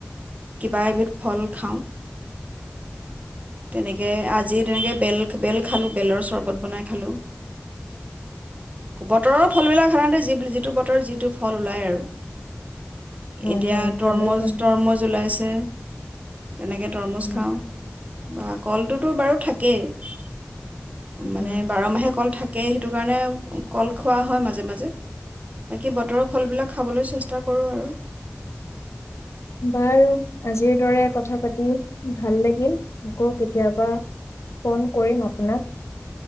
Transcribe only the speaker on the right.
কিবা এবিধ ফল খাওঁ। তেনেকে আজি তেনেকৈ বেল-বেল খালোঁ। বেলৰ চৰ্বত বনাই খালোঁ। বতৰৰ ফল বিলাক সাধাৰতে যিব যিব টো বতৰ যিটো ফল ওলায় আৰু।
এতিয়া
তৰমুজ,
তৰমুজ ওলাইছে। তেনেকে তৰমুজ
খাওঁ, বা কলটোতো বাৰু থাকেই। মানে
বাৰ মাহে থাকেই সেইটো কাৰণে কল খোৱা হয় মাজে মাজে বাকী বাকী বতৰৰ ফলবিলাক খাবলৈ চেষ্টা কৰোঁ আৰু।